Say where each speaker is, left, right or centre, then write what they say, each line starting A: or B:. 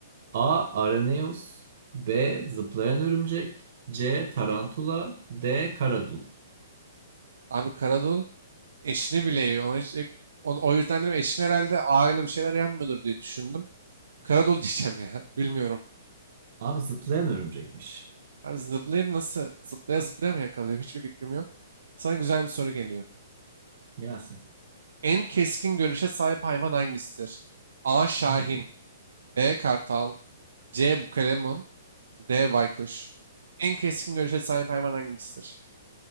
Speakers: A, on the right; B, on the right.
A: A. Araneus B. Zıplayan örümcek C. Tarantula D. Karadul.
B: Abi Karadul Eşini bile yiyor. Ona hiç, o, o yüzden dedim eşin herhalde ağırlı bir şeyler yenmiyordur diye düşündüm. Karadolu diyeceğim ya. <laughs> Bilmiyorum.
A: Abi zıplayan örümcekmiş.
B: Abi zıplayayım nasıl? Zıplaya zıplaya mı yakalıyor? Hiçbir fikrim yok. Sana güzel bir soru geliyor.
A: Gelsin.
B: En keskin görüşe sahip hayvan hangisidir? A. Şahin
A: Hmm.
B: B. Kartal C. Bukalemun D. Baykuş En keskin görüşe sahip hayvan hangisidir?